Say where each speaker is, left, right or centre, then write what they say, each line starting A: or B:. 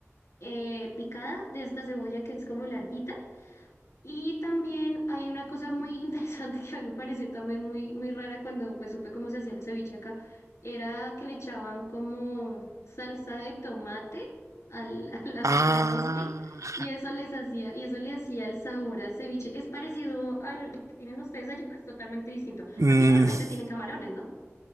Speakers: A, on the left; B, on the right.
A: eh, picada, de esta cebolla que es como larguita. Y también hay una cosa muy interesante <laughs> que a mí me pareció también muy, muy rara cuando pues supe cómo se hacía el ceviche acá, era que le echaban como salsa de tomate al- <laughs> a la, a
B: Ah,
A: la mezcla y
B: ja.
A: eso les hacía, y eso le hacía el sabor al ceviche. Es parecido al que tienen ustedes allí, pues totalmente distinto.
B: Mm.
A: Aquí solamente tiene camarones, ¿no?